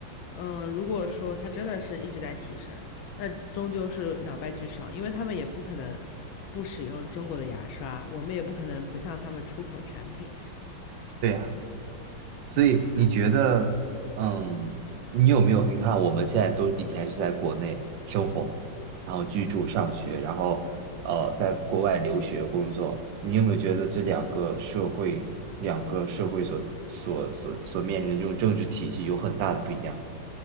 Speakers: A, on the left (about 80°); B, on the right (about 75°).
A: 嗯，如果说它真的是一直在提升，那终究是两败俱伤，因为他们也不可能不使用中国的牙刷，我们也不可能不向他们出口产品。
B: 对啊。所以你觉得，嗯，你有没有？你看，我们现在都以前是在国内生活，然后居住、上学，然后呃，在国外留学、工作，你有没有觉得这两个社会、两个社会所所所所面临的这种政治体系有很大的不一样？